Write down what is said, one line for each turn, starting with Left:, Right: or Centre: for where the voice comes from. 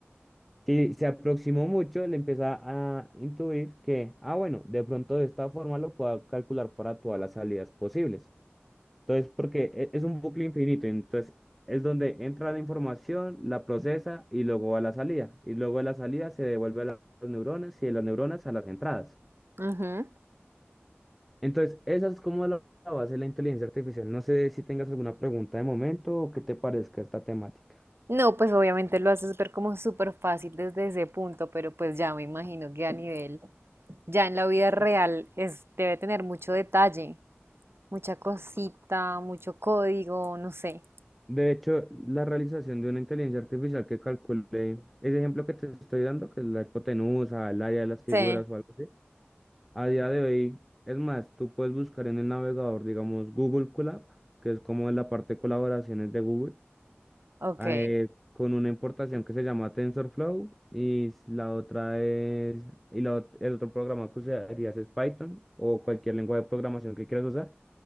Centre: Si se aproximó mucho, él empieza a intuir que, ah, bueno, de pronto de esta forma lo puedo calcular para todas las salidas posibles. Entonces, porque e- es un bucle infinito, entonces es donde entra la información, la procesa y luego va a la salida. Y luego de la salida se devuelve a la- las neuronas y de las neuronas a las entradas.
Right: Ujú.
Centre: Entonces, esa es como la la base de la inteligencia artificial. No sé si tengas alguna pregunta de momento o qué te parezca esta temática.
Right: No, pues obviamente lo haces ver como súper fácil desde ese punto, pero pues ya me imagino que a nivel, ya en la vida real, es, debe tener mucho detalle, mucha cosita, mucho código, no sé.
Centre: De hecho, la realización de una inteligencia artificial que calcule ese ejemplo que te estoy dando, que es la hipotenusa, el área de las figuras
Right: Sí,
Centre: o algo así, a día de hoy, es más, tú puedes buscar en el navegador, digamos, Google Colab, que es como la parte de colaboraciones de Google.
Right: ok.
Centre: Ah, eh, con una importación que se llama TensorFlow y s- la otra es, y la ot- el otro programa que usarías es Python o cualquier lengua de programación que quieras usar.